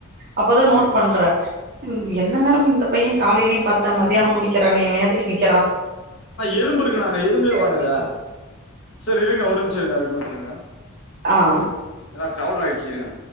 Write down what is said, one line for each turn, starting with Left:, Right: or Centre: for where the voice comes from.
Right: அப்போதா நோட்
Left: ம்
Right: பண்ற எந்த நேரமு இந்த பைய காலையிலயு பாத்தே மத்தியானமும் நிக் நிக்கிறானே இவ எதுக்கு நீக்க
Left: எறும்பு இருக்கு நாங்க எறும்புலயே உட்காக்குற
Right: அப்டின்னு
Left: சேரி இருங்க ஒரு நிம்ஷோ இருங்க ஒரு நம்ஷோ இருங்க
Right: ஆ
Left: ஏன்னா கிரௌட் ஆயிடுச்சுஇ இருங்க